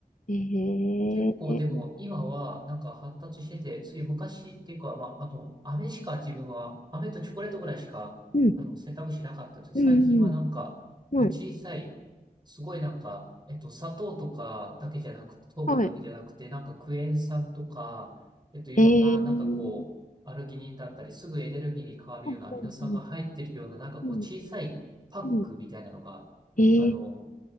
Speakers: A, on the left (about 55°); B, on the right (about 30°).
A: ええ
B: 結構でも今はなんか発達してて、そういう昔っていうか、まあ、あの、飴しか自分は、飴とチョコレートぐらいしか、
A: うん、
B: あの、選択肢なかったんですけど、
A: うん、
B: 最近はなんか、こう小さい、
A: うん、はい、
B: すごいなんか、えっと、砂糖とかだけじゃなくて、糖分だけじゃなくて、
A: はい。
B: なんかクエン酸とか、えっと、いろんな、
A: え
B: なんかこう、
A: え
B: アルギニンだったり、すぐエネルギーに変わるようなアミノ酸が入ってるような、
A: うんうんうん
B: なんかこう、
A: うん
B: 小さいパックみたいなのが、
A: うんえ
B: あの、